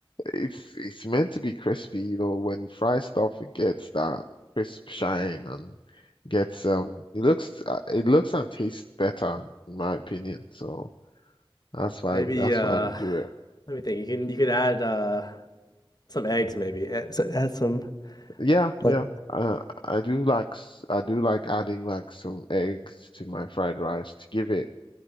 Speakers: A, on the left; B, on the left.
A: it's it's meant to be crispy. You know, when you fry stuff, it gets that crisp shine and gets um. It looks uh, it looks and tastes better, in my opinion. So that's
B: <laughs>
A: why
B: Maybe
A: that's
B: uh
A: why we do it.
B: let me think. You can you could add uh some eggs maybe. Add, so- add some
A: Yeah,
B: like
A: yeah. Uh, I do like s- I do like adding like some eggs to my fried rice to give it